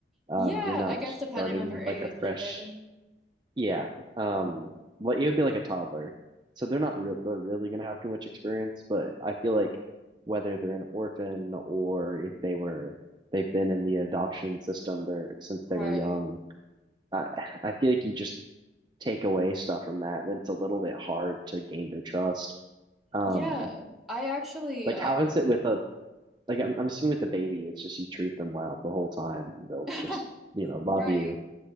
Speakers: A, on the right; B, in the centre.
A: Um,
B: Yeah,
A: you're not
B: I guess depending
A: starting
B: on your
A: with
B: age,
A: like a fresh,
B: sure.
A: yeah. Um, well, it would be like a toddler, so they're not real. They're really gonna have too much experience, but I feel like whether they're an orphan or if they were they've been in the adoption system there since
B: Right.
A: they were young, I, I feel like you just take away stuff from that, and it's a little bit hard to gain their trust. Um,
B: Yeah. I actually
A: like
B: uh
A: how is it with a like I'm, I'm assuming with the baby, it's just you treat them well the whole time. and They'll
B: <laughs>
A: just you know love
B: right.
A: you,